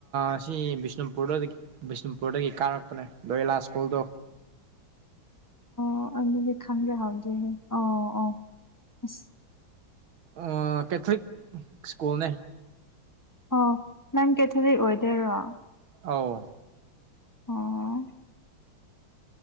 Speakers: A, on the right; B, on the left.
A: ꯑꯁꯤ ꯕꯤꯁꯅꯨꯄꯨꯔꯗ ꯕꯤꯁꯅꯨꯄꯨꯔꯗꯒꯤ ꯀꯥꯔꯛꯄꯅꯦ ꯗꯣ ꯑꯦꯂꯥ ꯁ꯭ꯀꯨꯜꯗꯣ
B: ꯑꯣ ꯑꯗꯨꯗꯤ ꯈꯪꯗ꯭ꯔꯦ ꯍꯥꯎꯗꯦꯍꯦ ꯑꯣ ꯑꯣ ꯑꯁ
A: ꯑ‌ ꯀꯦꯊꯣꯂꯤꯛ ꯁ꯭ꯀꯨꯜꯅꯦ
B: ꯑꯣ ꯅꯪ ꯀꯦꯊꯂꯤꯛ ꯑꯣꯏꯗꯣꯏꯔꯣ
A: ꯑꯧ
B: ꯑꯣ